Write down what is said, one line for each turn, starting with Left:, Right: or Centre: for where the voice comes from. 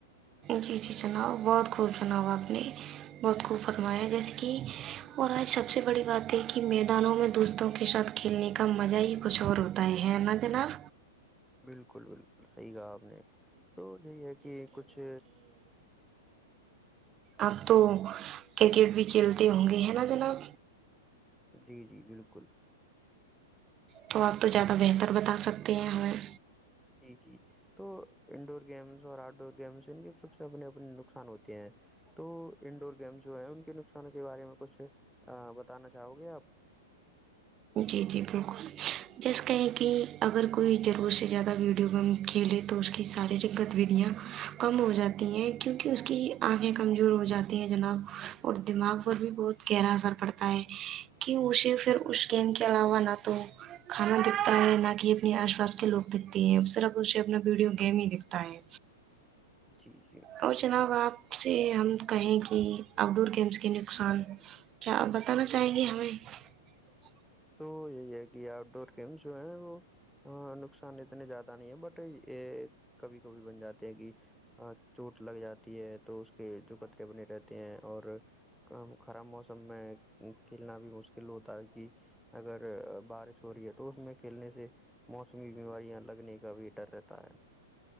Right: جی سی چناؤ بہت خوب چناؤ آپ نے بہت خوب فرمایا جیسے کہ اور آج سب سے بڑی بات ہے کہ میدانوں میں دوستوں کے ساتھ کھیلنے کا مزہ ہی کچھ اور ہوتا ہے ہے ن جناب
Centre: بالکل بالکل صحیح کہا آپ نے تو یہی ہے کہ کچھ
Right: اب تو کرکٹ بھی کھیلتے ہوں گے ہیں نا جناب
Centre: جی جی بالکل
Right: تو آپ تو زیادہ بہتر بتا سکتے ہیں ہمیں
Centre: جی جی تو انڈور گیمس اور آؤٹ ڈور گیمس ان کے کچھ اپنے اپنے نقصان ہوتے ہیں تو انڈور گیمس جو ہیں ان کے نقصان کے بارے میں کچھ بتانا چاہو گے آپ
Right: جی جی بالکل جیسے کہیں کہ کہ اگر کوئی ضرور سے زیادہ ویڈیو گیم کھیلے تو اس کی شارییرک گتیویددیاں کم ہو جاتی ہیں کیونکہ اس کی آگیں کمزور ہو جاتی ہے جناب اور دماغ پر بھی بہت گہرا اثر پڑتا ہے کہ اسے کش
Centre: بالکل
Right: گینم کلا ونات تو کھانا دکھتا ہے نہ کہ اپنے آس پاس کے لوگ دکھتے ہیں سراف اسے اپنا ویڈیو گیم ہی دکھتا ہے
Centre: جی جی
Right: اور جناؤ آپ سے ہم کہیں کہ آؤٹ ڈور گیمس کے نقصان کیا آپ بتانا چاہیں گے ہمیں <inaudible>
Centre: تو یہی ہے کہ آؤٹ ڈور گیمس جو ہے وہ نقان نقصان اتنے جیادا نہیں ہے بٹ یہ کبھی کبھی بن جاتے ہیں کہ چوٹ لگ جاتی ہے تو اس کے جو کطرے بنے رہتے ہیں اور خراب موسم میں کھیلنا بھی مشکل ہوتا ہے کہ اگر بارش ہو رہی ہے تو اس میں کھیلنے سے موسمی بیماریاں لگنے کا بھی ڈر رہتا ہے